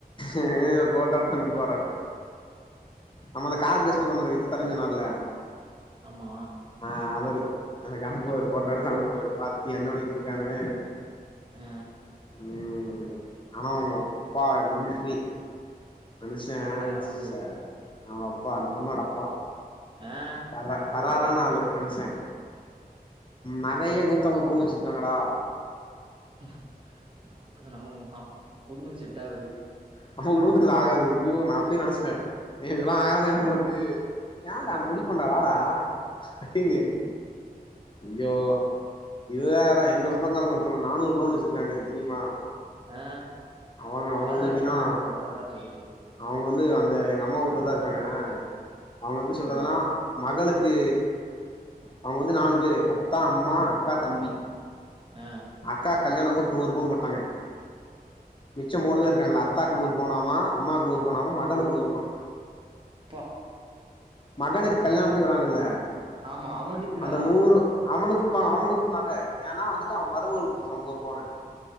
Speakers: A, on the left (about 30°); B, on the right (about 35°).
A: அ இவரு ஃபோட்டா எடுத்து அனுப்புவாராக்கு நம்ம அந்த காரு பேசமோத சொன்னல வித்து தரன்னு சொன்னார்ல
B: ஆமா
A: ஆ அவரு எனக்கு அனுப்புவாரு ஃபோட்டோ எடுத்து அனுப்புவாரு பாத்தியா என்ன பண்ணிட்டு இருக்கான்னு
B: அ
A: ம் ஆனா அவங்கப்பா மில்ட்ரி மனுச
B: அவரு அவரு
A: ச அவங்ப்பா அந்த பொண்ணோட அப்பா
B: ஆ
A: கர கரரான
B: இதுவாருயா?
A: ஆளு மனுசே நகயே நூத்தம்பது பவுன் வச்சிர்க்காங்கடா
B: ம் அப்ப நம்ம அ உடும்புக்கு செட் ஆவாது
A: நம்ம குடும்பத்துக்கு இதுஆகாது ஐயோ நா அப்யே நெனச்சிட்டே நீ இதெல்லா ஆகாது நம்ளுக்கு ஏன்டா முடிப்போன்டா வாடா அடின்னு
B: ம்
A: ஐயோ இது வேற எங்க சொந்தகாரங்க ஒருத்தங்க நானூறு பவுனு வச்சிர்க்காங்க தெரியுமா
B: ஆ
A: அவங்க அவங்க
B: அதுலா
A: வந்து
B: எதுக்கு
A: எப்டின்னா
B: அத போனுங்க அவ்ளோ காச வச்சிட்டு
A: அவங்க வந்து அந்த எங்க அம்மா ஊர்ல தா இருக்காங்க அவுங்க எப்டி சொல்றதுனா
B: ஆ,
A: மகளுக்கு அவுங்க வந்து நாலு பேரு அத்தா அம்மா அக்கா தம்பி
B: ஆ
A: அக்கா கல்யாணாபோ இப்ப நூறு பவுனு போட்டாங்க மிச்ச மூனூபேரு இருக்காங்க அத்தாக்கு நூறு பவ்னாம அம்மாக்கு நூறு பவ்னாம மகனுக்கு நூறு பவுனு
B: ப்பா
A: மகனுக்கு கல்யாண பண்ணி வராங்கல்ல
B: ஆமா. அவனுக்கு எதுக்குடா?
A: அந்த நூறூ அவனுக்குஅப அவனுக்கு பக ஏன்னா வந்துட்டு அவ மருமகள்க் குடுத்துருவா நூறூ பவ்ன